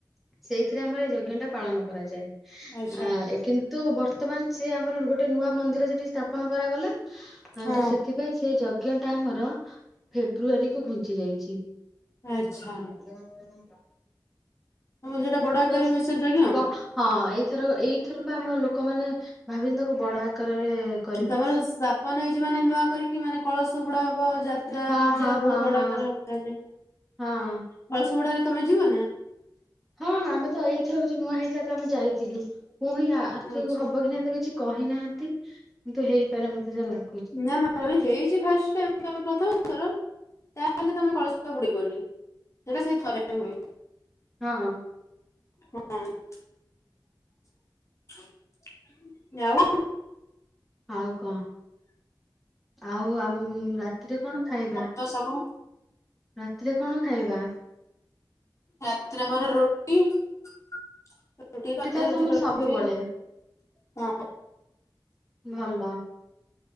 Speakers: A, in the centre; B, on the left.
A: ସେଇଥିରେ ଆମର ଏଇ ଯଜ୍ଞ ଟା ପାଳନ କରାଯାଏ।
B: ଆଚ୍ଛା
A: ଆ, ଏ କିନ୍ ତୁ ବର୍ତ୍ତମାନ ସେ ଆମର ଗୋଟେ ନୂଆ ମନ୍ଦିର ସେଠି ସ୍ଥାପନ କରାଗଲା। ଅଁ,
B: ହଁ
A: ତ ସେଥିପାଇଁ ସେ ଯଜ୍ଞ ଟା ଆମର ଫେବୃଆାରୀ କୁ ଘୁଞ୍ଚି ଯାଇଛି।
B: ଆଚ୍ଛା।
A: <inaudible>
B: ତୋମ ସେଟା ବଡ ଆକାରରେ
A: ତ ସେଟା
B: ବି ସେ ଯଜ୍ଞ।
A: ବ ହଁ ଏଇଥରକ ଏଇଥର ପା ଆମ ଲୋକମାନେ ଭାବିନ ତାକୁ ବଡ ଆ କାରରେ କ
B: ତୋମର ସ୍ଥାପନ ହେଇଛି ମାନେ ନୂଆ କରିକି, ମାନେ କଳସ ବୁଡା ହବ, ଯାତ୍ରା
A: ହଁ
B: ପୂଜା
A: ହଁ
B: ବହୁତ
A: ହଁ
B: ବଡ
A: ହଁ
B: ଆକାରେ ହବ। ତାହାଲେ
A: ହଁ।
B: କଳସ ବୁଡାରେ ତୋମେ ଯିବ ନା?
A: ହଁ ଆମେ ତ ଏଇଥରକ ଯୋଉ ନୂଆ ହେଇଥିଲା, ତ ଆମେ ଯାଇଥିଲୁ। ପୁଣି ଆ, ଆରଥିକୁ
B: ଆଚ୍ଛା
A: ହବ କି ନାହିଁ ତ କିଛି କହିନାହାନ୍ତି। କିନ୍ତୁ ହେଇପାରେ ମୋତେ ଯାହା ଲାଗ
B: ନା ନା <inaudible> ହେଇଚି ଫାଷ୍ଟ ଟାଇମ୍ ମାନେ ତୋମର ପ୍ରଥମ ଥର, ତାହେଲେ ତୋମେ କଳସ ବୁଡେଇବନି। ସେଇଟା ସେଇ ଥରେ ହୁଏ।
A: ହଁ, ହଁ।
B: ହଁ, ଆଉ
A: ଆଉ କହ। ଆଉ ଆମ ରାତିରେ କଣ ଖାଇବା?
B: ତ ସବୁ
A: ରାତିରେ କଣ ଖାଇବା?
B: ରାତିରେ ମୋର ରୁଟି ରୁଟି ଭଜା,
A: ତାହେଲେ
B: ରୁଟି
A: ତମର
B: ତରକାରୀ
A: ସବୁବେଳେ
B: ହଁ।
A: ଭଲ।